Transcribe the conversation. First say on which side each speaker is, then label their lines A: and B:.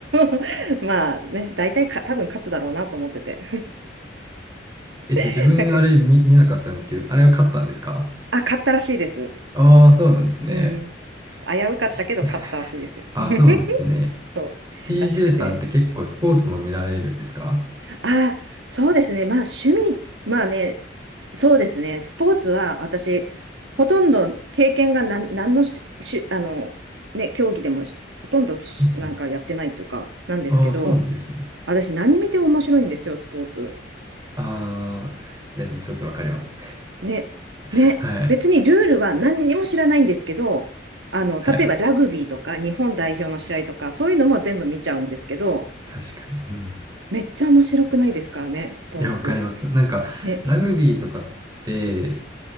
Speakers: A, on the right (about 85°); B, on the right (about 20°).
A: <laughs> まあね、大体か、多分勝つだろうなと思ってて
B: え、ちょ、
A: <laughs>
B: 自分あれ見、
A: なんか、
B: 見なかったんですけど、あれは買ったんですか
A: あ、勝ったらしいです。
B: ああー、そうなんですね。
A: うん。危うかったけど勝ったらしいですよ。
B: T- ああ、
A: <laughs>
B: そうなんですね。
A: そうらしくて。
B: TJ さんって結構スポーツも見られるんですか
A: ああ、そうですね。まあ趣味、まあね、そうですね。スポーツは私、ほとんど経験が何、何のし、し、あの、ね、競技でもほとんどしなんかやってないっていうか、
B: うん <laughs>
A: なんですけど、
B: ああ、そうなんですね。
A: 私何見ても面白いんですよ、スポーツ。
B: ああ、いや、でもちょっとわかります。
A: ね、
B: <laughs>
A: ね。
B: はい。
A: 別にルールは何にも知らないんですけど、あの、
B: はい。
A: 例えばラグビーとか日本代表の試合とか、そういうのも全部見ちゃうんですけど、
B: 確かに。うん。
A: めっちゃ面白くないですからね、スポーツ。
B: いや、わかります。なんか、
A: ね。
B: ラグビーとかって、